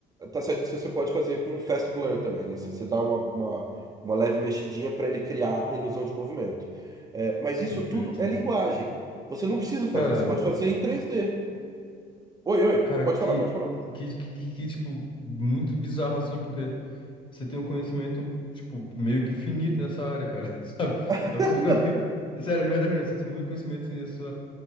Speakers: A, on the right; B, on the left.
A: tá certo que você pode fazer com fast blur também, né? Você, você dá uma, uma, uma leve mexidinha para ele criar a ilusão de movimento. É, mas isso
B: perfeito.
A: tudo é linguagem. Você não precisa
B: Cara,
A: fazer, você pode fazer em 3D. Oi, oi,
B: cara,
A: pode
B: que,
A: falar, pode falar.
B: que, que, que, que, tipo, muito bizarro, assim, porque você tem um conhecimento, tipo, meio que infinito nessa área, cara, <laughs> sabe?
A: <laughs>
B: A pessoa fica <laughs> meio... Sério, de verdade mesmo, você tem muito conhecimento nisso,